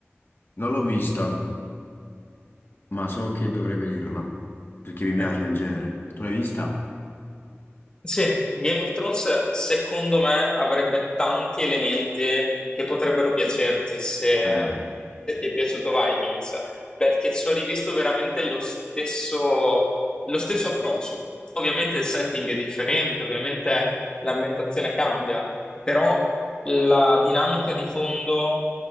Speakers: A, on the left; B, on the left.
A: non l'ho vista, ma so che dovrei vederla, perché mi piace
B: è-
A: il genere. Tu l'hai vista?
B: Sì, Game of Thrones secondo me avrebbe tanti elementi che potrebbero piacerti se,
A: Eh,
B: se ti è piaciuto Vikings, perché ci ho rivisto veramente lo stesso, lo stesso approccio. Ovviamente il setting è differente, ovviamente l'ambientazione cambia, però la dinamica di fondo